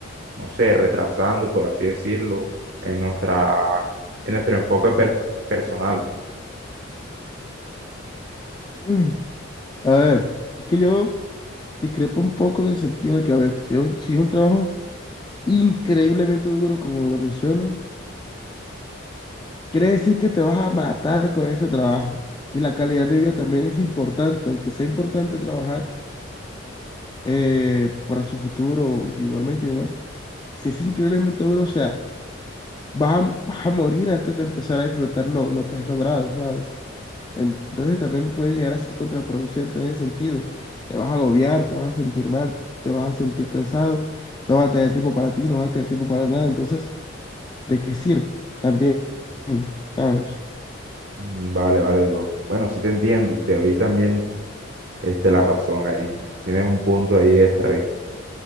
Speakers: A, on the right; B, on the left.
A: no sé, retrasando, por así decirlo, en nuestra, en nuestro enfoque per- personal.
B: Mm, A ver, es que yo... Discrepo un poco en el sentido de que, a ver, si es, si es un trabajo increíblemente duro, como lo mencionas, quiere decir que te vas a matar con ese trabajo. Y la calidad de vida también es importante, aunque sea importante trabajar eh, para su futuro individualmente y demás. Si es increíblemente duro, o sea, vas a, vas a morir antes de empezar a disfrutar lo, lo que has logrado, ¿sabes? Entonces también puede llegar a ser contraproducente en ese sentido. Te vas a agobiar, te vas a sentir mal, te vas a sentir cansado, no vas a tener tiempo para ti, no vas a tener tiempo para nada. Entonces, ¿de qué sirve? También, ¿sabes?
A: Mm, Vale, vale, bro. Bueno, sí te entiendo y te doy también este, la razón ahí. Tienes un punto ahí extra, ¿viste?